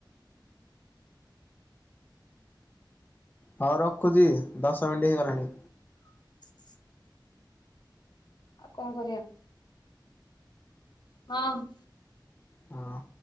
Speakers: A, on the left (about 20°); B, on the left (about 60°).
A: ହଉ ରଖୁଛି ଦଶ ମିନିଟ୍ ହେଇଗଲାଣି।
B: <inaudible> ଆଉ କ କରିବା? ମାମ୍
A: ହଁ।